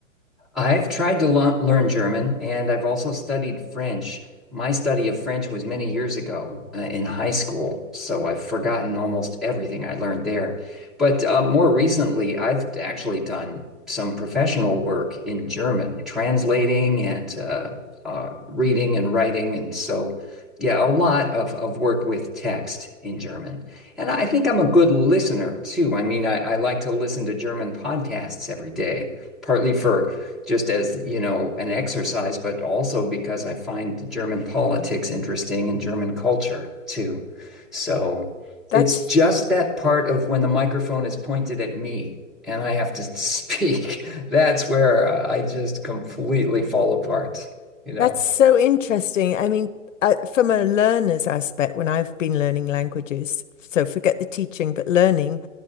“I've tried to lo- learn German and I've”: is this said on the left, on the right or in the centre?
Centre